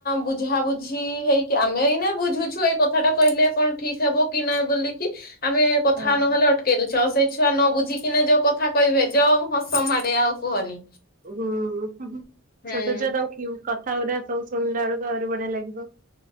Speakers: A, on the left; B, on the right.
A: ବୁଝାବୁଝି ହେଇକି ଆମେ ବୁଝୁଛୁ ଏଇ କଥା ଟା କହିଲେ କଣ ଠିକ ହବ କି ନହିଁ ବୋିକି ଆମେ କଥା
B: ହଁ।
A: ନହେଲେ ଅଟକେଇ ଦଉଛୁ। ସେ ଛୁଆ ନ ବୁଝିକିନା ଯୋଉ କଥା କହିବେ ଯୋଉ ହସ ମାଡ଼େ ଆଉ କୁହନି।
B: ହୁଁ
A: ହୁଁ
B: ଛୋଟ ଛୁଆ ତା କି କଥା ଗୁଡା ସବୁ ଶୁଣିଲା ବେଳକୁ। ଆରୁ ବଡ ଲାଗିବ।